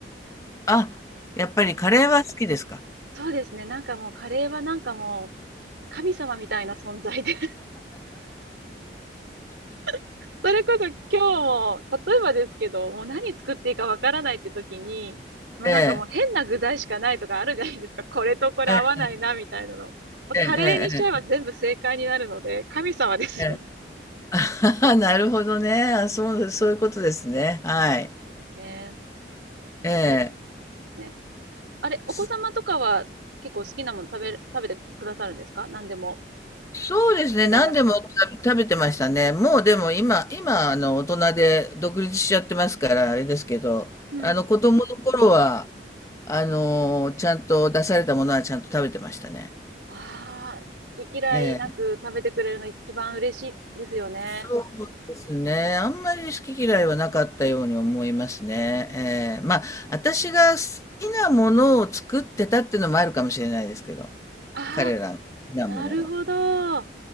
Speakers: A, on the left; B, on the right.
A: あ、やっぱりカレーは好きですか？
B: そうですね。なんかもうカレーはなんかもう神様みたいな存在で <laughs> それこそ今日も、例えばですけど、もう何作っていいかわからないって時に、まあなんかもう変な具材しかないとかあるじゃないですか。
A: ええ。
B: これとこれ合わないな、
A: ええ、
B: みたいなの。まあ、カレーにしちゃえば全部正解になるので、
A: ええええ
B: 神様ですよね。
A: ええええ <laughs> なるほどね。あ、そうです、そういうことですね。はい。
B: ね、
A: ええ。
B: やっぱり、ねあれ、お子様とかは結構好きなもの食べ食べてくださるんですか何でも。
A: そそうですね。
B: 好き嫌いなく。
A: 何でも食べ食べてましたね。もうでも今、今、あの、大人で独立しちゃってますから、あれですけど、
B: うん。
A: あの、子供の頃は、あの、ちゃんと出されたものはちゃんと食べてましたね。
B: ああ、好き嫌いなく食べてくれるの一番嬉しいですよね。
A: ええそうですね。あんまり好き嫌いはなかったように思いますね。ええ、まあ、私が好きなものを作ってたっていうのもあるかもしれないですけど、
B: ああ、
A: 彼らの好きなものを。
B: なるほど。